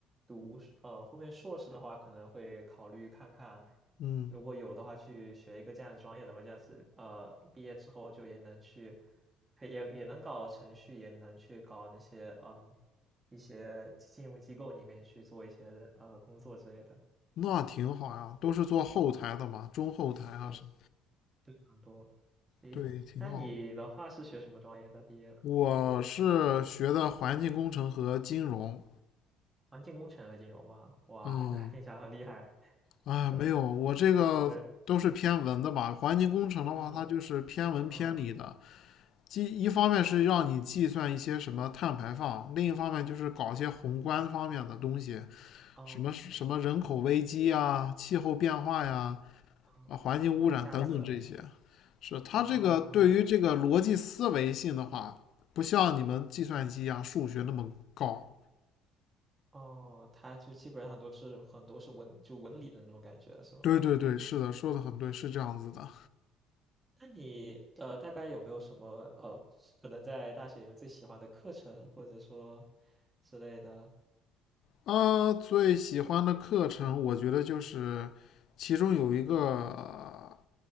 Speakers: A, on the right (about 25°); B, on the left (about 65°).
A: 读是呃，后面硕士的话，可能会考虑看看，
B: 嗯，
A: 如果有的话，去学一个这样的专业的吧，这样子，呃，毕业之后就也能去，可以也也能搞程序，也能去搞那些，嗯，一些金融机构里面去做一些呃工作之类的。
B: 那挺好呀，都是做后台的嘛，
A: 对。
B: 中后台啊什么，
A: 对非常多。诶，
B: 对，挺好。
A: 那你的话是学什么专业的毕业的？
B: 我是学的环境工程和金融，
A: 环境工程和金融吗？哇，
B: 嗯，
A: 那听起来很厉害。
B: 哎，
A: <laughs>
B: 没有，我这个都是偏文的吧，
A: 没有，
B: 环境工程的话，
A: 嗯
B: 它就是偏文偏理的，
A: 嗯
B: 计一方面是让你计算一些什么碳排放，另一方面就是搞一些宏观方面的东西，
A: 哦
B: 什么什么人口危机啊、气候变化呀、
A: 哦，
B: 啊环境污染等等这些。
A: 这样子的。
B: 是它这个对于这个逻辑思维性的话，
A: 哦
B: 不像你们计算机啊、数学那么高。
A: 哦，他就基本上都是很多是文就文理的那种感觉是吗？
B: 对对对，
A: 啊、
B: 是的，说的很对，是这样子的。
A: 那你呃大概有没有什么呃可能在大学里面最喜欢的课程或者说之类的？
B: 啊，最喜欢的课程，我觉得就是其中有一个。